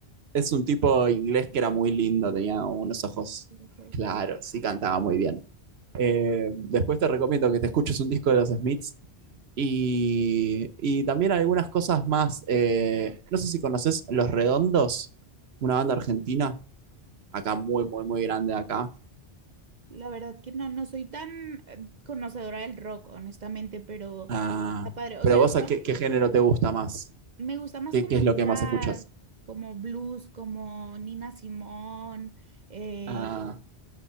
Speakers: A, on the right; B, on the right.
A: es un tipo inglés que era muy lindo, tenía unos ojos
B: Sí, Ok, ok.
A: claros y cantaba muy bien. Eh, después te recomiendo que te escuches un disco de los Smiths Y, y también algunas cosas más. eh, no sé si conoces Los Redondos, una banda argentina, acá muy, muy, muy grande acá.
B: La verdad que no, no soy tan eh, conocedora del rock, honestamente, pero
A: Ah,
B: está padre. O
A: pero
B: sea, el
A: vos, ¿a
B: rock
A: qué, qué género te gusta más?
B: me gusta más
A: ¿Qué,
B: como
A: qué
B: el
A: es lo
B: jazz,
A: que más escuchas?
B: como blues, como Nina Simone, eh,
A: Ah,